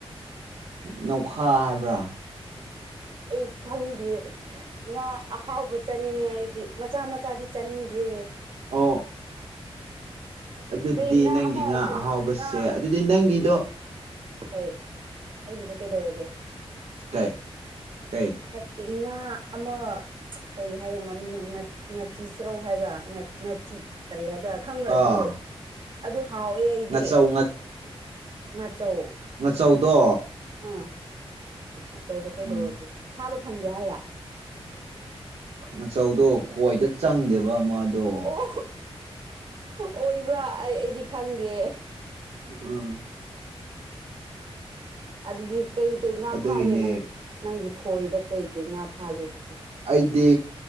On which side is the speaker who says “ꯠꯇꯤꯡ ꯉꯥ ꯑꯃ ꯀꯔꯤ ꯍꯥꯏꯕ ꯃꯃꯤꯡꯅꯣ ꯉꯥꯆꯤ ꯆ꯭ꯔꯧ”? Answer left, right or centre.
Right